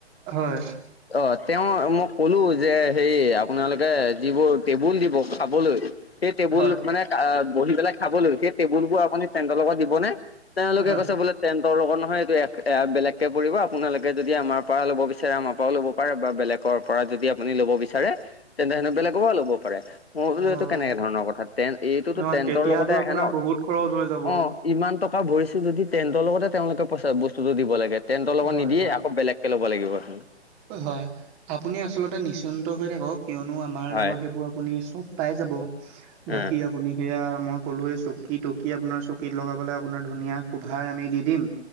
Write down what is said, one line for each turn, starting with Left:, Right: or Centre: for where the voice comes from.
Right: হয়।
Left: অ', তেওঁ মই কলো যে হে আপোনালোকে যিবোৰ টেবুল দিব খাবলৈ সেই টেবুল
Right: হয়
Left: মানে বহি পেলাই খাব লৈ সেই টেবুল বোৰ আপুনি টেন্টৰৰ লগত দিবনে? তেওঁলোকে
Right: হয়
Left: কৈছে বোলে টেন্টৰ লগত নহয় এইটো বেলেগকে পৰিব, আপোনালোকে যদি আমাৰ পৰা ল'ব বিচাৰে আমাৰ পৰাও ল'ব পাৰে বা বেলেগ গৰ পৰা যদি আপুনি ল'ব বিচাৰে তেন্তে হেনো বেলেগৰ পৰা ল'ব পাৰে। মই বোলো
Right: হয়
Left: এইটো কেনেকে ধৰণৰ কথা? এইটোতো
Right: নহয়
Left: টেন্টৰ
Right: তেতিয়াতো
Left: লগতে আহে
Right: আপোনাৰ
Left: ন
Right: বহুত খৰচ হৈ যাব
Left: অ'। ইমান টকা ভৰিছো যদি টেণ্টৰ লগতে তেওঁলোকে পইচা বস্তুতটো দিব লাগে। টেণ্টৰ লগত
Right: হয়
Left: নিদিয়
Right: হয়
Left: আকৌ বেলেগকে ল'ব লাগিব হেনো।
Right: হয়। আপুনি আচলতে নিশ্চিন্ত হৈ থাকক, কিয়নো আমাৰ
Left: হয়।
Right: লগত সেইবোৰ আপুনি চব পাই যাব। বাকী
Left: অ
Right: আপুনি সেইয়া আমাক ক'লোৱেই চকী টকী আপোনাৰ, চকীত লগাবলৈ আপোনাৰ ধুনীয়া ক'ভাৰ আনি দি দিম।